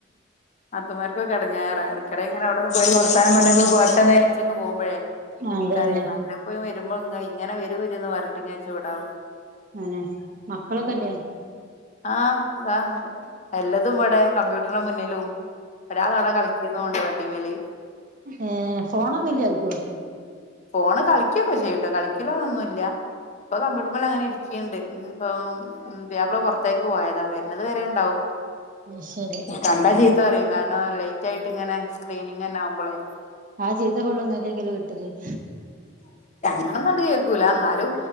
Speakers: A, on the left; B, on the right.
A: നാത്തുമാർക്കൊക്കെ എടങ്ങേറാ ഇടക്കിടെ ഇങ്ങനെ അവിടെന്ന് പോയി വർതാനം പറഞ്ഞ് പൊരട്ടേ വിചരിച്ചൊക്കെ പോകുമ്പഴേ
B: ആഹ് അതന്നെ
A: അതേ വല്ലപൊഴും വരും <unintelligible> ഇങ്ങനെ വരുംവരു എന്ന് പറഞ്ഞിട്ട് ഇങ്ങന ചൂടാവും
B: അന്നെ മക്കളൊക്കെല്ലേ
A: ആഹ് <unintelligible> അല്ല അതുവടെ കമ്പ്യൂട്ടറിന്റെ മുന്നിലും ഒരാള് അവിടെ കളിക്കുന്നുണ്ട് ടിവില്
B: ഏഹ് ഫോണൊന്നുല്ലായിരിക്കും
A: ഫോണ് കളിക്കൊകെ ചെയ്യുട്ടോ കളിക്കലൊന്നുല്ല ഇപ്പൊ കമ്പ്യൂട്ടർബള് അങ്ങനെ ഇരിക്കണ്ട് ഇപ്പ പുയാപിള പുറത്തേ ക് പോയതാ വരുന്നത് വരെണ്ടാവും
B: അത് ശരി
A: കണ്ടാ അറിയും കാരണൊ ലൈ റ്റായിട്ട് ഇങ്ങനെ സ്ക്രീനിങ് തന്നെ ആവുമ്പോളെ
B: ആ ചീത്ത ഫുള്ള് ഇങ്ങക്കേക്കല്ലേ കിട്ടല്
A: ങ്ങന കണ്ട് കേൾക്കൂല എന്നാലും